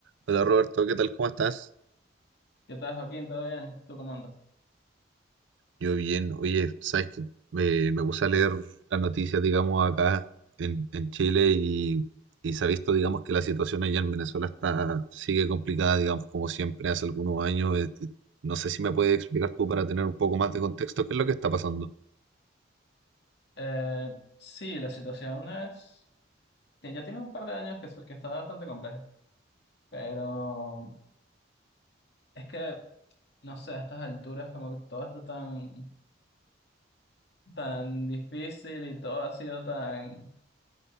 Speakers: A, on the right (about 75°); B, on the left (about 60°).
A: Hola Roberto, ¿qué tal? ¿Cómo estás?
B: ¿Qué tal, Joaquín? ¿Todo bien? ¿Tú cómo andas?
A: Yo bien. Oye, sabes que me, me puse a leer las noticias, digamos, acá en, en Chile y, y se ha visto, digamos, que la situación allá en Venezuela está, sigue complicada, digamos, como siempre hace algunos años. Este, No sé si me puedes explicar tú para tener un poco más de contexto qué es lo que está pasando.
B: Eh, sí, la situación es... que Ya tiene un par de años que, so- que está bastante compleja, pero es que, no sé, a estas alturas como que todo está tan, tan difícil y todo ha sido tan,